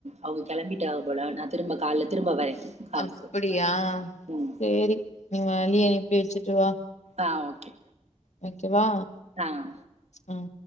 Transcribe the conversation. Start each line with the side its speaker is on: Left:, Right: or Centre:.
Right: அவங்க கெளம்பிட்டாக போல நான் திரும்ப கால்ல திரும்ப வரேன் காலுக்கு
Left: அப்டியா
Right: ம்
Left: சேரி நீ வழியனுப்பி வச்சுட்டு வா
Right: ஆன் ஓகே
Left: வைக்கவா
Right: ஆன்
Left: ஆன்